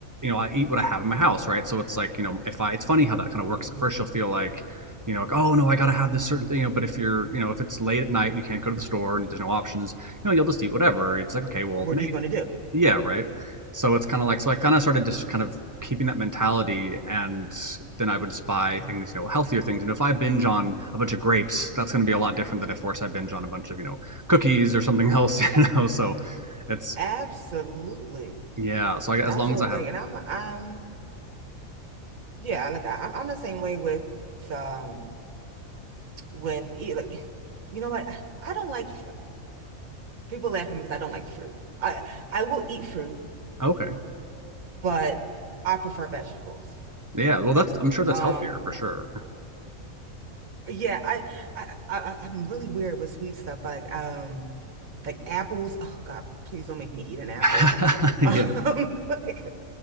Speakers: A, on the right; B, on the right.
A: know I eat what I have in my house, right? So it's like you know, if I it's funny how that kind of works.
B: hmm
A: At first, you'll feel like you know, like, oh no, I gotta have this certain thing, you know. But if you're you know, if it's late at night, you can't go to the store and there's no options you know, you'll just eat whatever. It's like, okay, well,
B: What
A: maybe
B: are you going to do?
A: yeah, right. So it's kind of like, so I kind of started just kind of keeping that mentality, and then I would just buy
B: Mhm.
A: things, you know, healthier things. And if I binge on a bunch of grapes, that's going to be a lot different than if, of course, I binge on a bunch of, you know, cookies or something else, <laughs> you know. So it's,
B: Absolutely.
A: yeah. So I, as
B: Absolutely.
A: long as I have,
B: And I'm, I'm, yeah, like I, I'm I'm the same way with, um, with eat, like, you know what? I don't like, People laugh at me because I don't like fruit. I I will eat fruit,
A: okay.
B: but I prefer vegetables.
A: Yeah. Well, that's, I'm sure that's
B: Um,
A: healthier for sure.
B: yeah, I I, I I'm really weird with sweet stuff, like um, like apples. Oh God, please don't make me eat an apple.
A: <laughs> Yeah.
B: Um, <laughs> like,